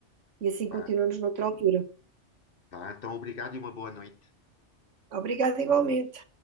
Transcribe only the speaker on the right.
e assim
continuamos noutra altura.
Obrigada igualmente.